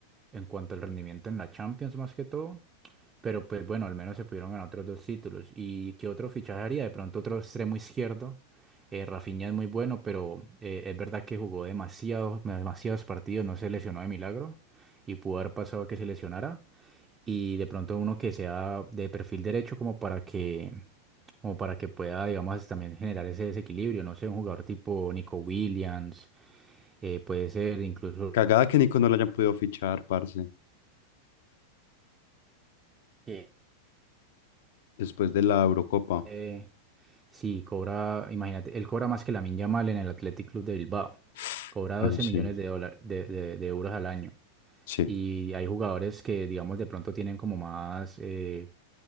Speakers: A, on the right (about 20°); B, on the left (about 55°).
A: en cuanto al rendimiento en la Champions más que todo, pero pues bueno, al menos se pudieron ganar otros dos títulos. ¿Y qué otro fichaje haría? De pronto otro extremo izquierdo. Eh, Rafinha es muy bueno, pero eh, es verdad que jugó demasiados, demasiados partidos, no se lesionó de milagro y pudo haber pasado que se lesionara. Y de pronto uno que sea de perfil derecho como para que, como para que pueda, digamos, también generar ese desequilibrio. No sé, un jugador tipo Nico Williams, eh, puede ser incluso...
B: Cagada que Nico no lo hayan podido fichar, parce,
A: Sí.
B: después de la Eurocopa.
A: eh, Sí, cobra, imagínate, él cobra más que Lamine Yamal en el Athletic Club de Bilbao.
B: <sighs>
A: Cobra doce
B: Bueno, sí,
A: millones de dólares, de, de- de euros al año.
B: sí.
A: Y hay jugadores que, digamos, de pronto tienen como más, eh,